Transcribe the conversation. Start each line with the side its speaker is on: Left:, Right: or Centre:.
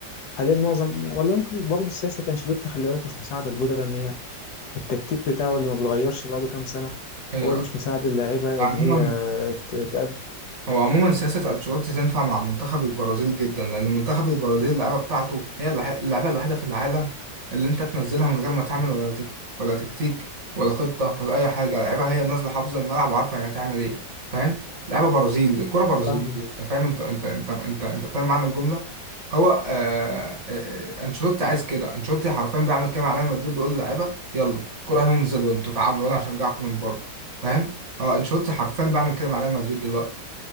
Left: حاليا معظم ولا ممكن برضه سياسة انشيلوتي خلي بالك مش مساعدة البودلة ان هي التكتيك بتاعه اللي ما بيتغيرش بقاله كام سنة
Right: ايوه
Left: هو اللي مش مساعد اللعيبة
Right: عموما
Left: ان هي ت- تأدي
Right: هو عموما سياسة أنشيلوتي تنفع مع منتخب البرازيل جدا لأن منتخب البرازيل اللعبة بتاعته هي الوح- اللعبة الوحيدة في العالم اللي أنت تنزلها من غير ما تعمل ولا تك... ولا تكتيك ولا خطة ولا أي حاجة اللعيبة هي نازلة حافظة الملعب وعارفة هي هتعمل إيه فاهم؟ لعبة برازيل الكرة برازيلية
Left: فاهمه
Right: أنت فاهم أنت أنت أنت أنت, أنت فاهم معنى الجملة؟ هو آه... آه... أنشيلوتي عايز كده أنشيلوتي حرفيا بيعمل كده مع ريال مدريد بيقول للعيبة يلا كرة اهي وانزلوا أنتوا تعاملوا وأنا هشجعكم من بره فاهم؟ اه انشيلوتي حرفيا بعمل كده مع ريال مدريد دلوقتي